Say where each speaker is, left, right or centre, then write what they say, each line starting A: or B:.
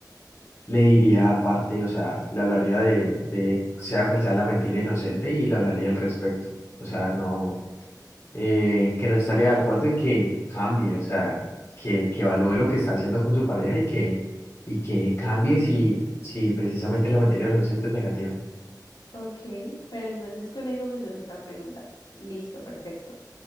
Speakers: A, on the left (about 40°); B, on the left (about 80°).
A: le diría aparte, o sea, le hablaría de, de sea cual sea la mentira inocente y le hablaría al respecto. O sea, no, eh, que no estaría de acuerdo y que cambie, o sea, que, que evalúe lo que está haciendo con su pareja y que, y que cambie si, si precisamente la mentira inocente es negativa.
B: Ok, pero entonces con eso me surge otra pregunta. Listo, perfecto.